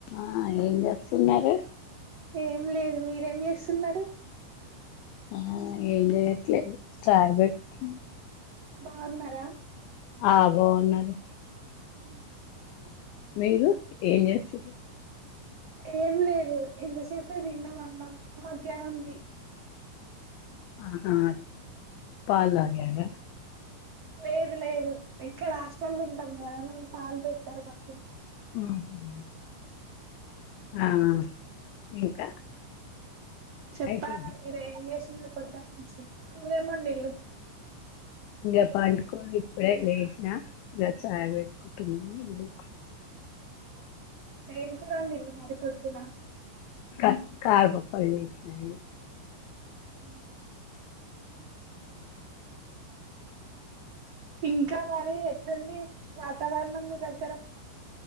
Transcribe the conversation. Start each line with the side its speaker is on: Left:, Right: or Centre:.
Left: ఆహ్ ఏం చేస్తున్నారు.
Right: ఏం లేదు మీరేం చేస్తున్నారు.
Left: ఉమ్ ఏం చేయట్లే చాయ్ పెడుతున్న.
Right: బాగున్నారా.
Left: ఆహ్ బాగున్నాను.
Right: ఉమ్.
Left: మీరు ఏం చేస్తుండ్రు.
Right: ఏం లేదు ఇంతసేపే తిన్నా అన్నాం మధ్యాహ్నం ది.
Left: ఆహా పాలు తాగారా.
Right: లేదు లేదు ఇక్కడ హస్టలులో ఉంటాం కదా మేము పాలు పెట్టారు మాకి.
Left: ఉమ్మ్. హలో ఇంకా.
Right: చెప్పాలా
Left: అయిపోయింది
Right: మీరే ఏం చేస్తుంన్రు పొద్దున్నుంచి కూర ఏం వండిండ్రు.
Left: ఇంకా పండుకోని ఇప్పుడే లేసినా ఇంకా చాయ్ పెట్టుకుంటున్న ఇల్లు ఊకు.
Right: ఏం కూర వండిన్రు మరి పొద్దున.
Left: కా కారమా అప్పలు చేసినది.
Right: <unintelligible> ఇంకా మరి ఎట్లుంది వాతావరణం మీ దగ్గర.